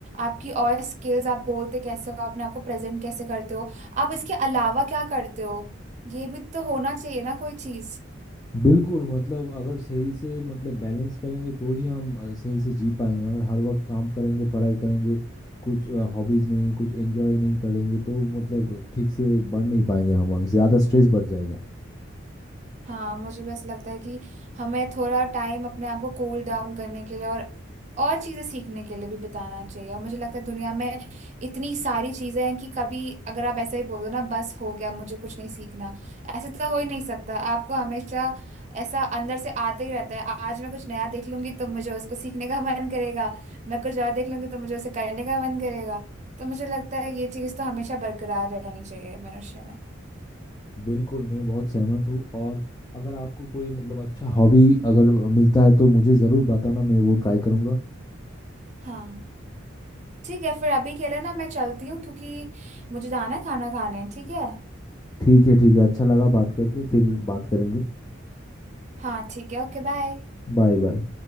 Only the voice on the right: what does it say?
आपकी और स्किल्स आप बोलते कैसे हो अपने आपको प्रेजेंट कैसे करते हो आप इसके अलावा क्या करते हो ये भी तो होना चाहिए ना कोई चीज
हाँ मुझे बस लगता है कि हमें थोड़ा टाइम अपने आप को कूल डाउन करने के लिए और और चीजें सीखने के लिए भी बिताना चाहिए और मुझे लगता है दुनिया में इतनी सारी चीजें हैं कि कभी अगर आप ऐसे ही बोल दो ना बस हो गया मुझे कुछ नहीं सीखना ऐसे तो हो ही नहीं सकता आपको हमेशा ऐसा अंदर से आते ही रहता है आज मैं कुछ नया देख लूंगी तो मुझे उसको सीखने का मन करेगा मैं कुछ और देख लूंगी तो मुझे उसे करने का मन करेगा तो मुझे लगता है ये चीज तो हमेशा बरकरार रहनी चाहिए मनुष्य में
हाँ ठीक है फिर अभी के लिए ना मैं चलती हूँ क्योंकि मुझे जाना है खाना खाने ठीक है
हाँ ठीक है ओके बाय